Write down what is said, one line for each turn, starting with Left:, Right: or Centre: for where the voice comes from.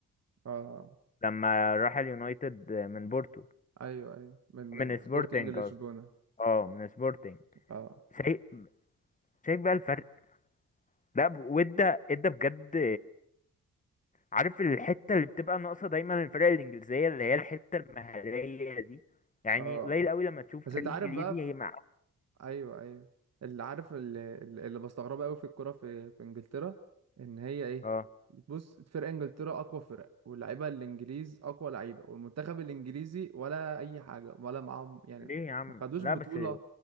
Right: اه آه،
Left: لما راح اليونايتد من بورتو
Right: ايوه ايوه من من
Left: من سبورتنج
Right: سبورتنج لشبونة
Left: قصدي اه من سبورتنج
Right: اه
Left: شايف شايف بقى الفرق لا ب- وادى ادى بجد عارف الحتة اللي بتبقى ناقصة دايما الفرق الإنجليزية اللي هي الحتة المهارية دي يعني
Right: اه
Left: قليل قوي لما تشوف
Right: بس
Left: فريق
Right: انت عارف
Left: إنجليزي
Right: بقى في...
Left: مع
Right: ايوه ايوه اللي عارف اللي, اللي بستغربه قوي في الكوره في في انجلترا ان هي ايه
Left: اه
Right: بص فرق انجلترا اقوى فرق واللعيبه الانجليز اقوى لعيبه والمنتخب الانجليزي ولا اي حاجه ولا معاهم يعني
Left: ليه يا عم
Right: ما خدوش
Left: لا
Right: بطوله
Left: بس